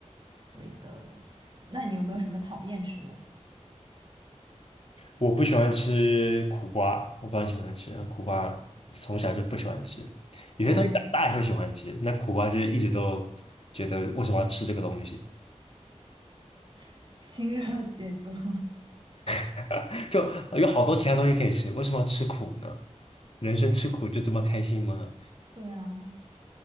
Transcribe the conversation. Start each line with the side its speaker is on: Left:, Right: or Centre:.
Right: 对的，那你有没有什么讨厌吃的
Left: 我不喜欢吃苦瓜，我不很喜欢吃苦瓜，从小就不喜欢吃。有些东西长大也会喜欢吃，
Right: 啊？
Left: 那苦瓜就是一直都觉得为什么要吃这个东西。
Right: <laughs> 清热解毒。<laughs>
Left: <laughs> 就有好多其他东西可以吃，为什么要吃苦呢？人生吃苦就这么开心吗？
Right: 对啊，